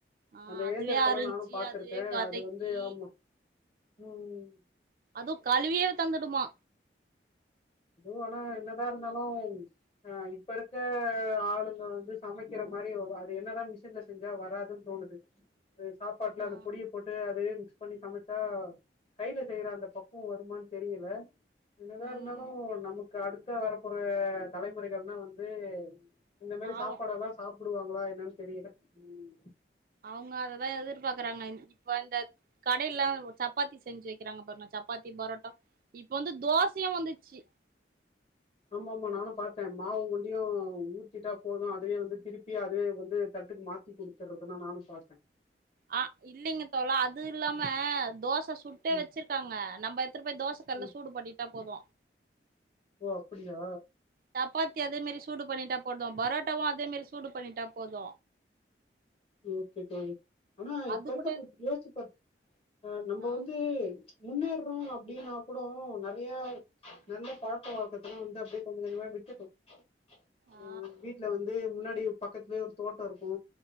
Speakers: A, on the right; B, on the left.
A: ஆ
B: அந்த
A: அதுவே
B: இயந்திரத்தல்லா
A: அரிஞ்சு
B: நானு பாத்திருக்கே
A: அதுவே வதக்கி
B: அது வந்து ஆமா ம்
A: அதுவு கழுவியே தந்துடுமா
B: மு ஆனா என்னதா இருந்தாலு ஆ இப்ப இருக்க ஆளுங்க வந்து சமைக்கிற மாரி அது என்னதா மிஷின்ல செஞ்சா வராதுனு தோணுது சாப்பாட்டுல
A: ஆ
B: அந்த பொடிய போட் டு அதையே மிக்ஸ் பண்ணி சமச்சா கையில செய்ற அந்த பக்குவ வருமான் தெரியலா என்னதா
A: ம்
B: இருந்தாலு நம் மக்கு அடுத்த வரப்பற தலைமுறைகள்ன வந்து இந்த மாரி
A: பாவோ
B: சாப்பாடெல்லா சாப்புடுவாங்களா என்னன் தெரியல ம்
A: அவங்க அததா எதிர்பாக்குறாங்க இப்ப அந்த கடையெல்லா சப்பாத்தி செஞ்சு வக் கிறாங்க பாருங்க சப்பாத்தி பரோட்டா இப்ப வந்து தோசயு வந்துச்சி
B: ஆமா ஆமா நானு பாத்தே மாவு வண்டியு ஊத்திட்டா போது அதுவே வந்து திருப்பி அதுவே வந்து தட்டுக்கு மாத் த்தி குடுத்துறதுனா நானு பாத்த
A: ஆ இல்லைங்க தோழா அது இல்லாம தோச சுட்டே
B: ம்
A: வச்சுறு க்காங்க நம்ம எத்தனு பேய் தோச கல்லுல
B: ம்
A: சூடு பன்னிட்டா போது
B: ஓ அப்பிடியா
A: சப்பாத்தி அதே மாரி சூடு பண்ணிட்டா போது பரோட்டாவு அதே மாரி சூடு பண்ணிட்டா போது
B: ஓகே தோழி ஆனா இப்ப
A: அது
B: இருக்க
A: கூட
B: யோசிச்சுபாரு நம்ப
A: ஆ
B: வந்து முன்னேறோ அப்டின்னா கூட நெறைய நல்ல பழக்க வழக்கதல்லா வந்து அப்டியே கொஞ்ச கொஞ்மா விட்டுட்டோ அ
A: ஆ
B: வீட்ல வந்து முன்னாடி பக்கத்துலயே ஒரு தோட்ட இருக்கு